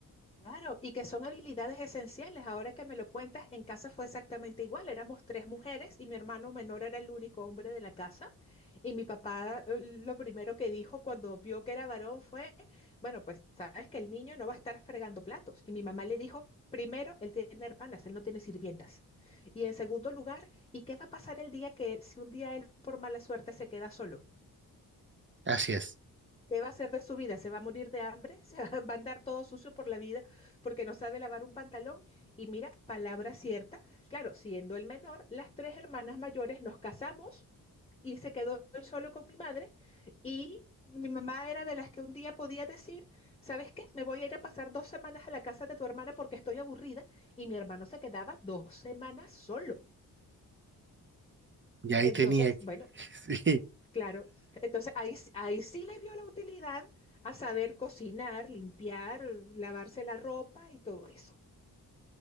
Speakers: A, on the left; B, on the right.
A: Claro, y que son habilidades esenciales. Ahora que me lo cuentas, en casa fue exactamente igual. Éramos tres mujeres y mi hermano menor era el único hombre de la casa. Y mi papá eh, lo primero que dijo cuando vio que era varón fue, bueno, pues sabes que el niño no va a estar fregando platos. Y mi mamá le dijo, primero, él tiene hermanas, él no tiene sirvientas. Y en segundo lugar, ¿y qué va a pasar el día que si un día él por mala suerte se queda solo?
B: Así es.
A: ¿Qué va a hacer de su vida? ¿Se va a morir de hambre? ¿Se va va a andar todo sucio por la vida porque no sabe lavar un pantalón? Y mira, palabra cierta. Claro, siendo el menor, las tres hermanas mayores nos casamos y se quedó él solo con mi madre y mi mamá era de las que un día podía decir, ¿sabes qué? Me voy a ir a pasar dos semanas a la casa de tu hermana porque estoy aburrida y mi hermano se quedaba dos semanas solo.
B: Y ahí
A: Entonces,
B: tenía, que-
A: bueno.
B: <laughs> sí,
A: Claro, entonces ahí, s- ahí sí le vio la utilidad a saber cocinar, limpiar, lavarse la ropa y todo eso.